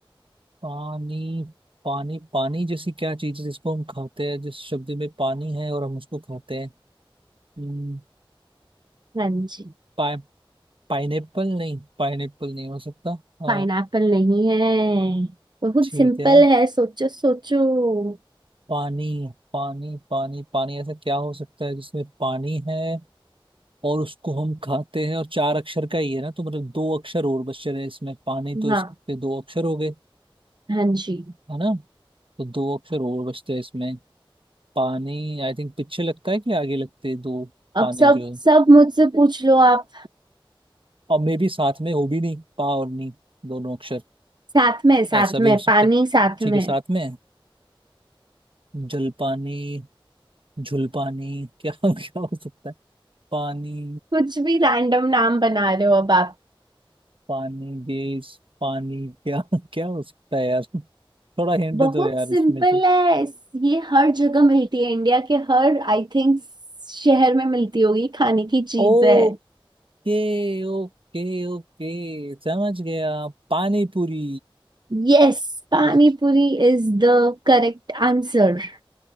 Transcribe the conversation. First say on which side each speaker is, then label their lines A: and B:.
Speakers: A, on the right (about 70°); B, on the right (about 50°).
A: पानी पानी पानी जैसी क्या चीज है जिसको हम खाते हैं जिस शब्द में पानी है और हम उसको खाते हैं हम्म,
B: हाँ जी
A: पा, पाइनएप्पल नहीं पाइनएप्पल नहीं हो सकता अ,
B: पाइनएप्पल नहीं है बहुत
A: ठीक
B: सिंपल
A: है
B: है सोचो सोचो
A: पानी पानी पानी पानी ऐसा क्या हो सकता है जिसमें पानी है और उसको हम खाते हैं और चार अक्षर का ही है ना तो मतलब दो अक्षर और बचे रहे इसमें पानी तो
B: हाँ
A: इसके दो अक्षर हो गए
B: हाँ जी
A: है ना तो दो अक्षर और बचते हैं इसमें पानी आई थिंक पीछे लगता है कि आगे लगते हैं दो
B: अब
A: पानी
B: सब
A: जो है
B: सब मुझसे पूछ लो आप
A: और मे भी साथ में हो भी नहीं पा और नी दोनों अक्षर
B: साथ में साथ
A: ऐसा भी
B: में
A: हो सकता
B: पानी
A: है
B: साथ
A: ठीक
B: में
A: है साथ में है। जलपानी झुलपानी क्या <laughs> क्या हो सकता है पानी
B: कुछ भी रैंडम नाम बना रहे हो अब आप
A: पानी गैस पानी क्या क्या हो सकता है यार थोड़ा हिंट
B: बहुत
A: दो यार
B: सिंपल
A: इसमें तो
B: है इस- ये हर जगह मिलती है इंडिया के हर आई थिंक शहर में मिलती होगी खाने की चीज
A: ओके
B: है
A: ओके ओके समझ गया पानी पूरी
B: Yes pani puri is the correct answer